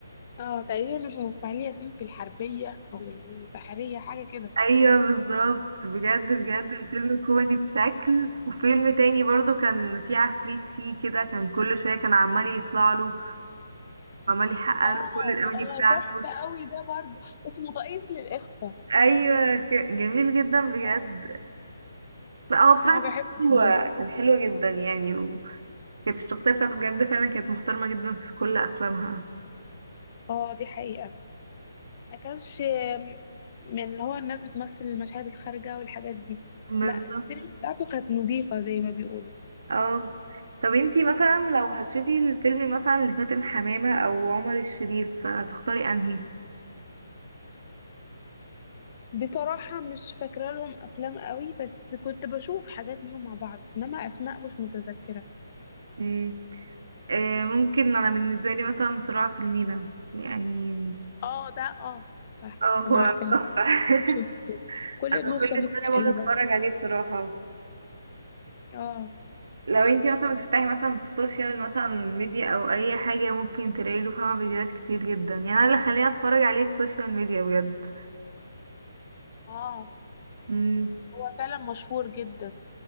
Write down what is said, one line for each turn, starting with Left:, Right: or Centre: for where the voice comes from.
Left: آه تقريبا اسمه إسماعيل ياسين في الحربية أو البحرية حاجة كده
Right: ايوه بالظبط بجد بجد الفيلم كوميدي بشكل وفيلم تاني برضو كان فيه عفريت فيه كده كان كل شويه كان عمال يطلع له عمال يحقق
Left: آه
Right: له كل الاماني
Left: آه
Right: بتاعته
Left: تحفة قوي ده برضو اسمه طاقية للإخفاء
Right: ايوه ك- جميل جدا بجد
Left: آه
Right: لا هو بصراحه
Left: أنا
Right: كان
Left: بحبه
Right: حلو
Left: جدا
Right: كان حلو جدا يعني وكانت الشخصيه بتاعته بجد فعلا كانت محترمه جدا في كل افلامها
Left: آه دي حقيقة ما كانش من اللي هو الناس بتمثل المشاهد الخارجة والحاجات دي
Right: بالظبط
Left: لا السينما بتاعته كانت نظيفة زي ما بيقولوا
Right: اه طب انتي مثلا لو هتشوفي الفيلم مثلا لفاتن حمامه او عمر الشريف هتختاري انهي
Left: بصراحة مش فاكرة لهم أفلام قوي بس كنت بشوف حاجات ليهم مع بعض إنما أسماء مش متذكرة
Right: مم. آه ممكن انا بالنسبه لي مثلا صراع في المينا يعني
Left: اه ده اه صح
Right: اه هو
Left: أنا عارفة
Right: تحفه <laughs>
Left: شفته كل
Right: انا
Left: الناس
Right: كل
Left: شافته
Right: سنه
Left: تقريبا
Right: بقعد اتفرج عليه بصراحه
Left: اه
Right: لو انتي مثلا بتفتحي مثلا سوشيال مثلا ميديا او اي حاجه ممكن تلاقي له فاهمه فيديوهات كتير جدا يعني انا اللي خليني اتفرج عليه السوشيال ميديا بجد
Left: اه
Right: امم
Left: هو فعلا مشهور جدا